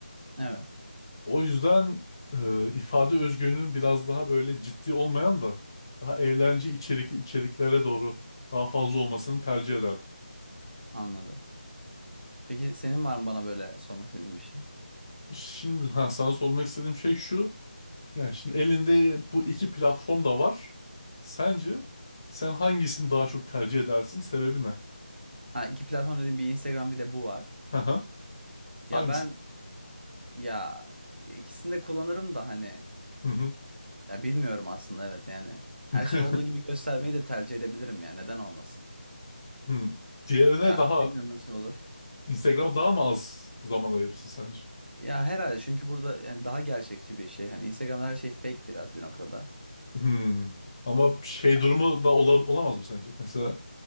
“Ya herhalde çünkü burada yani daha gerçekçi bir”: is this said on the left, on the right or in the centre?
Right